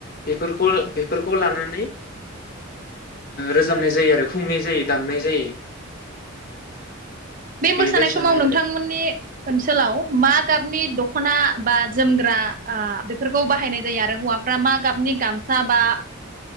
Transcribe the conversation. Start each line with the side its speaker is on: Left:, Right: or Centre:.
Left: बेफोरख बेफोरखौ लानानै रोजाबनाय जायो आरो खुंनाय जायो दामनाय जायो।
Right: बे
Left: बेबायसानो
Right: मोसानाय समाव नोंथांमोननि
Left: आरो
Right: ओनसोलाव। मा गाबनि दखना बा जोमग्रा बेफोरखौ बाहायनाय जायो आरो हौवाफ्रा मा गाबनि गामसा बा